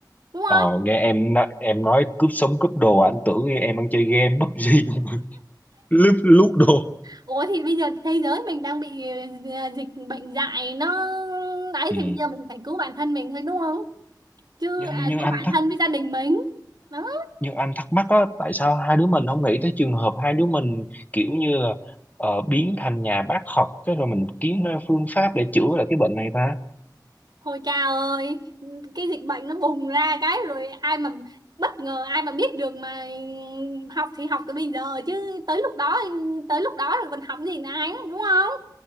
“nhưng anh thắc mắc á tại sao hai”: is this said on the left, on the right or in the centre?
Left